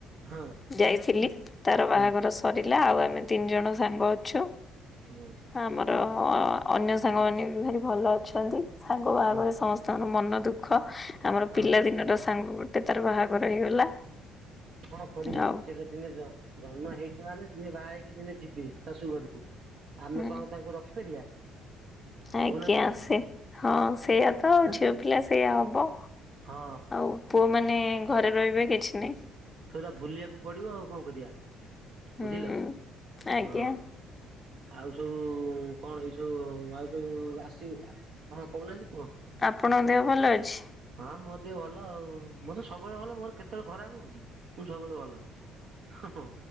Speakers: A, on the right; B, on the left.
A: ହଁ
B: ଯାଇଥିଲି ତାର
A: ହୁଁ।
B: ବାହାଘର ସରିଲା ଆଉ ଆମେ ତିନି ଜଣ ସାଙ୍ଗ ଅଛୁ।
A: ହଁ।
B: ଆମର ଅନ୍ୟ ସାଙ୍ଗମାନେ ବି ଭାରି ଭଲ ଅଛନ୍ତି ସାଙ୍ଗ ବାହାଘର
A: ହଁ
B: ରେ ସମସ୍ ତେଣୁ ମନ ଦୁଃଖ ଆମର
A: ହଁ
B: ପିଲାଦିନର ସାଙ୍ଗ ଗୋଟେ ତାର ବାହାଘର ହେଇଗଲା।
A: କଁଣ କରିବା
B: ଆଉ
A: ସିଏ ତ ଦିନେ ଜ ଜନ୍ମ ହେଇଚି ମାନେ ଦିନେ ବାହା ହେଇକି ଦିନେ ଯିବେ ଶାଶୁ ଘରୁକୁ। ଆମେ
B: ହୁଁ।
A: କଣ ତାଙ୍କୁ ରଖିପାରିବା?
B: ଆଜ୍ଞା
A: କହୁନାହାନ୍ତି
B: ସେ ହଁ ସେୟା ତ
A: ଆଁ
B: ଝିଅ ପିଲା ସେୟା ହବ।
A: ହଁ
B: ଆଉ ପୁଅ ମାନେ ଘରେ ରହିବେ କିଛି ନାଇଁ।
A: ସେଉରା ଭୁଲିଆକୁ ପଡିବ ଆଉ କଁ କରିବା
B: ହୁଁ।
A: ବୁଝିଲ ହଁ।
B: ଆଜ୍ଞା
A: ଆଉ ସବୁ କଣ ଏଇ ସବୁ ଆଉ ସବୁ ଆସିବ? ଆଉ କଣ ଆଜି କ
B: ଆପଣଙ୍କ ଦେହ ଭଲ ଅଛି?
A: ହଁ ମୋ ଦେହ ଭଲ ଆଉ ମୋର ତ ସବୁବେଳେ ଭଲ ମୋର କେତେଏଳେ ଖରାପ ହଉଚ଼ି। ମୁ ସବୁବେଳେ ଭଲ ଅଛି ହଁ ହଁ